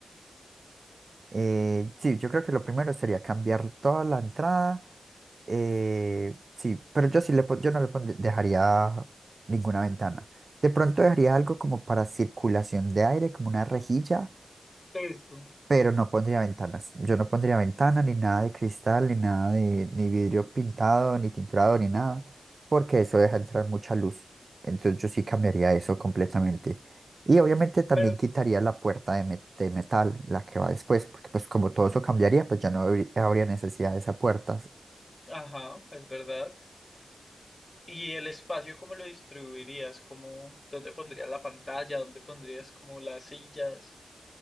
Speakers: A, on the right (about 65°); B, on the left (about 40°).
A: Eh, sí, yo creo que lo primero sería cambiar toda la entrada. eh, sí, pero yo sí le pon- yo no le pondría- dejaría ninguna ventana. De pronto dejaría algo como para circulación de aire, como una rejilla
B: Eso.
A: pero no pondría ventanas. Yo no pondría ventana, ni nada de cristal, ni nada de, ni vidrio pintado, ni tinturado, ni nada, porque eso deja entrar mucha luz. Entonces yo sí cambiaría eso completamente. Y obviamente también
B: Pero,
A: quitaría la puerta de, me- de metal, la que va después, porque pues como todo eso cambiaría, pues ya no habrí- habría necesidad de esa puerta.
B: ajá, es verdad. ¿Y el espacio cómo lo distribuirías? ¿Cómo, dónde pondrías la pantalla? ¿Dónde pondrías como las sillas?